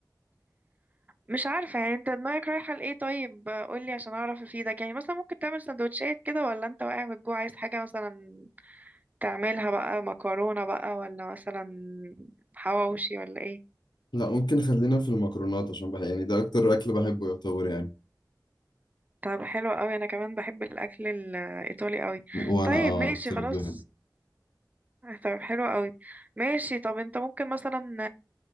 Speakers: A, on the right; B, on the left.
A: مش عارفه يعني انت دماغك رايحه لايه طيب قول لي عشان اعرف افيدك يعني مثلا ممكن تعمل سندوتشات كده ولا انت واقع من الجوع عايز حاجه مثلا تعملها بقى مكرونه بقى ولا مثلا حواوشي ولا ايه
B: لا ممكن خلينا في المكرونات عشان بح... يعني ده أكتر أكل بحبه يعتبر يعني
A: طب حلو قوي انا كمان بحب الاكل الايطالي قوي
B: وأنا
A: طيب
B: أه
A: ماشي
B: أكتر
A: خلاص
B: أكل بحبه
A: طب حلو قوي ماشي طب انت ممكن مثلا